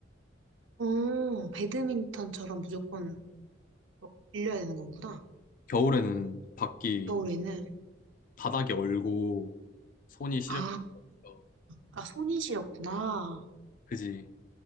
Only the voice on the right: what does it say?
어, 배드민턴처럼 무조건 빌려야 되는 거구나.
겨울에는.
아,
아, 손이 시렸구나.